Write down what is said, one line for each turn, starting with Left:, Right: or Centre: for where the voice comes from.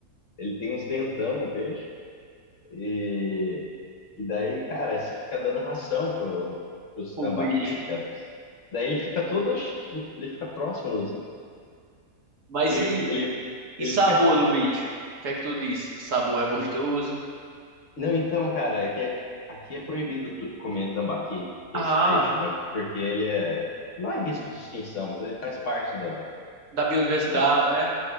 Left: Ele tem uns dentão, o peixe. E, e daí, cara, você fica dando ração pro, pros
Right: O
Left: tambaquis,
Right: bicho.
Left: cara. Daí ele fica todo, tipo, ele fica próximo dos,
Right: Mas
Left: Ele,
Right: e,
Left: fi- ele,
Right: e
Left: ele
Right: sabor
Left: fica. ch-
Right: do bicho? O que é que tu disse? Do sabor é gostoso?
Left: e- Não, então, cara, é que é, aqui é proibido tu- comer tambaqui, que
Right: Ah,
Left: é esse peixe, né? Porque ele é. Não é risco de extinção, mas ele faz parte da,
Right: da biodiversidade,
Left: da.
Right: né?